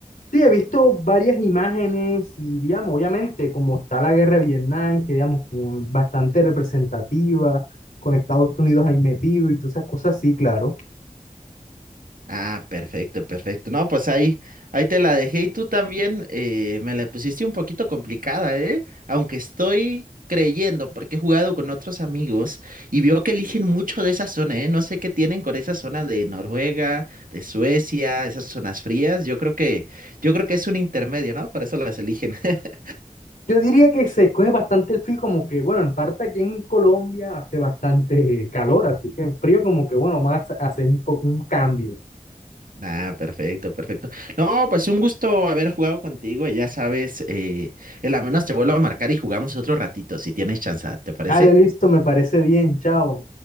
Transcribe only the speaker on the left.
Sí, he visto varias imágenes y, digamos, obviamente, como está la guerra de Vietnam, que, digamos, como bastante representativa, con Estados Unidos ahí metido y todas esas cosas, sí, claro.
Yo diría que se coge bastante el frío, como que, bueno, en parte aquí en Colombia hace bastante <laughs> calor, así que en frío como que, bueno, más hace un poco un cambio.
Dale, listo, me parece bien, chao.